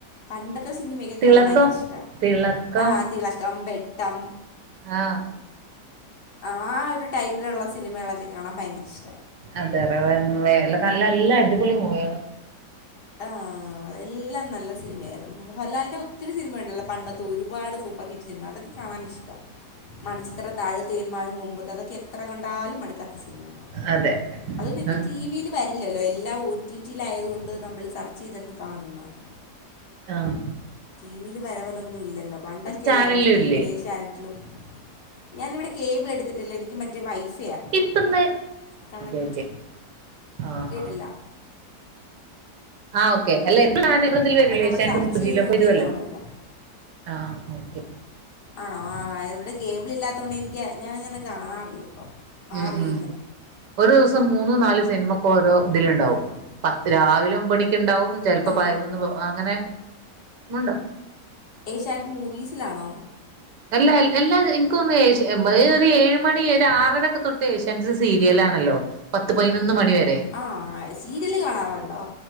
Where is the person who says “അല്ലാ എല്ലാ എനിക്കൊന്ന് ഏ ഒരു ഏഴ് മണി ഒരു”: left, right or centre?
Right